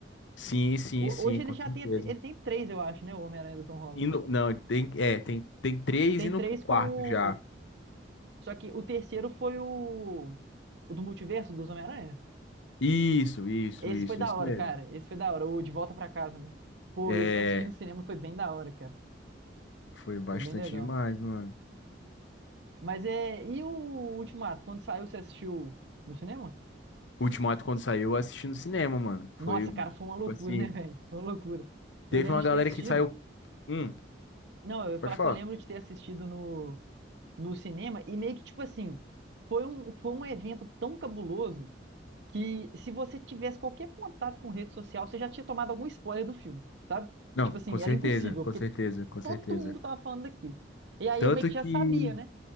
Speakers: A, on the left; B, on the right.
A: Sim, sim,
B: Ho-
A: sim,
B: Hoje ele
A: com
B: já
A: certeza.
B: tem, até- ele tem três, eu acho, né? O Homem-Aranha do Tom Holland.
A: Indo, não, tem, é, tem, tem três
B: Tem
A: indo
B: três
A: pro quarto
B: com o.
A: já.
B: Só que o terceiro foi o. O do multiverso dos Homem-Aranha?
A: Isso, isso,
B: Esse
A: isso,
B: foi da
A: isso
B: hora,
A: mesmo.
B: cara. Esse foi da hora. O De Volta Pra Casa, né? Pô,
A: É,
B: esse eu assisti no cinema, foi bem da hora, cara.
A: foi bastante
B: Foi bem legal.
A: demais, mano.
B: Mas é. E o Ultimato? Quando saiu, você assistiu no cinema?
A: O Ultimato, quando saiu, eu assisti no cinema, mano. Foi,
B: Nossa, cara, foi uma loucura,
A: tipo assim,
B: <laughs> né, velho? Foi uma loucura. Eu
A: teve
B: lembro
A: uma
B: de
A: galera
B: ter assistido.
A: que saiu. Hum,
B: Não, eu ia falar
A: pode falar.
B: que eu lembro de ter assistido no, no cinema e meio que, tipo assim, foi um, foi um evento tão cabuloso que se você tivesse qualquer contato com rede social, você já tinha tomado algum spoiler do filme, sabe?
A: Não,
B: Tipo assim,
A: com certeza,
B: era impossível,
A: com
B: porque
A: certeza, com certeza.
B: todo mundo tava falando daquilo. E aí
A: Tanto
B: eu meio que já
A: que,
B: sabia, né?